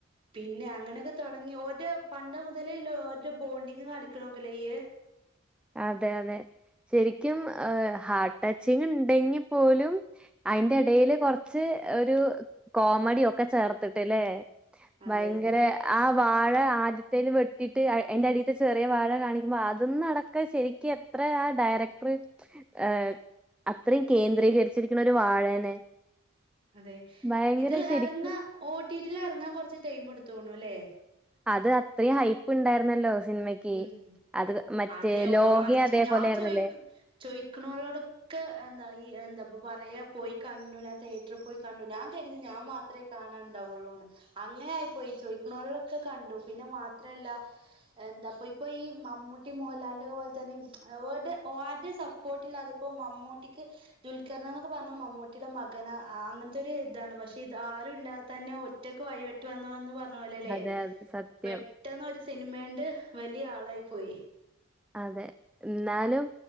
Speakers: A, on the right (about 25°); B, in the centre.
A: പിന്നെ അങ്ങനെ ഒക്കെ തൊടങ്ങി ഓര്ടെ പണ്ട്മുതലേ ഇല്ലെ ഓരെ ബോണ്ടിങ് കാണിക്ക്ണൊക്കെ ഇല്ലെ അയ്യ്
B: അതെ അതെ ശെരിക്കും ഹാർട്ട് ടച്ചിങ് ഇണ്ടെങ്കി പോലും അയ്ന്റെ എടേല് കൊർച്ച് ഒരു കോമഡി ഒക്കെ ചേർത്ത്ട്ട്ല്ലേ
A: അതെ
B: ഭയങ്കെരെ
A: അതെ
B: ആ വാഴ ആദ്യത്തേല് വെട്ടിട്ട് ഐ അയ്ന്റെ അടീത്തെ ചെറിയ വാഴ കാണിക്കുമ്പൊ അതും നട ക്കെ ശരിക്ക്യു എത്ര ആ ഡയറക്ടർ ഏഹ് അത്രയും കേന്ദ്രീകരിച്ചിരിക്ക്ണ് ഒരു വാഴേനെ
A: അതെ
B: ഭയങ്കര
A: ഇത്
B: ശരിക്കും
A: എറങ്ങാൻ ഓട്ടീട്ടില് എറങ്ങാൻ കൊറച്ച് ടൈം ഇട്ത്ത്ക്ക്ണുല്ലേ
B: അത് അത്രയും ഹൈപ്പ് ഇണ്ടായിരുന്നല്ലോ സിനിമയ്ക്ക്
A: ഉം
B: അത് മറ്റേ
A: അതെ ഓഹ്
B: ലോകയും
A: ആ
B: അതേപോലെ
A: ഞാൻ
B: ആയിരുന്നില്ലേ?
A: ചോയിക് ചോയ്ക്ക്ണോലോടൊ ക്കെ എന്താ ഈ എന്താപ്പൊ പറയാ പോയി കണ്ടു ഞാൻ തിയേറ്ററിൽ പോയി കണ്ടു ഞാൻ കെരുതി ഞാൻ മാ ത്രേ കാണാൻണ്ടാവൊള്ളൂന്ന് അങ്ങനെ ആയിപ്പോയി ചോയ്ക്ക്ണോലൊക്കെ കണ്ടു പിന്നെ മാത്രല്ല എന്താ പ്പൊ ഇപ്പൊ ഈ മമ്മൂട്ടി മോഹൻലാലിന്റെ പോലെ തന്നെ അവര്ടെ ആര്ടിം സ പ്പോർട്ടില്ലാതെ ഇപ്പോ മമ്മൂട്ടിക്ക് ദുൽക്കർന് ന്നൊക്കെ പർഞ്ഞ മമ്മൂട്ടിയുടെ മകന് ആ അങ്ങൻത്തെ ഒരു ഇതാണ് പക്ഷെ ഇത് ആരും ഇല്ലാതെതന്നെ ഒറ്റക്ക് വഴി വെട്ടി വന്നവൻ ന്ന് പറഞ്ഞപോലെ ല്ലേ
B: അതെ, അതെ സത്യം.
A: പെ ട്ടെന്ന് ഒരു സിനിമേന്റെ വലിയ ആളായിപ്പോയി
B: അതെ ഇന്നാലും